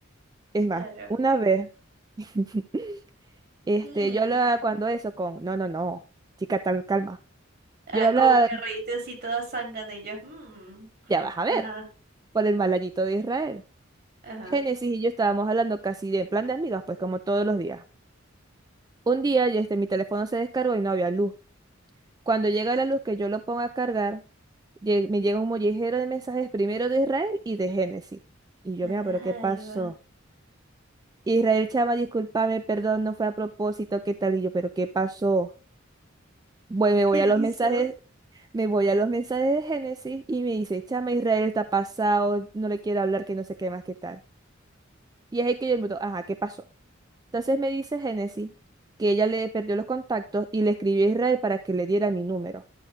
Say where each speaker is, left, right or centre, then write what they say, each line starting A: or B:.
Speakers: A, on the right; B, on the right.
A: Es más,
B: Claro.
A: una vez, <laughs> este,
B: Mm.
A: yo hablaba cuando eso con, no, no, no, chica, tal, calma.
B: Ah,
A: Yo le hablaba,
B: como te reíste así toda zángana y yo. mm.
A: ya vas a
B: Ajá,
A: ver, por el malayito de Israel.
B: ajá.
A: Génesis y yo estábamos hablando casi de en plan de amigas, pues como todos los días. Un día, ya este, mi teléfono se descargó y no había luz. Cuando llega la luz que yo lo pongo a cargar, lle- me llega un mollejero de mensajes primero de Israel y de Génesis. Y yo,
B: A
A: mira,
B: la
A: pero
B: jaiba.
A: ¿qué pasó? Israel, chama, discúlpame, perdón, no fue a propósito, ¿qué tal? Y yo, pero ¿qué pasó? Bueno, me voy
B: ¿Qué hizo?
A: a los mensajes, me voy a los mensajes de Génesis y me dice, chama, Israel está pasado, no le quiero hablar, que no sé qué más, qué tal. Y es ahí que yo me digo, ajá, ¿qué pasó? Entonces me dice Génesis que ella le perdió los contactos y le escribió a Israel para que le diera mi número.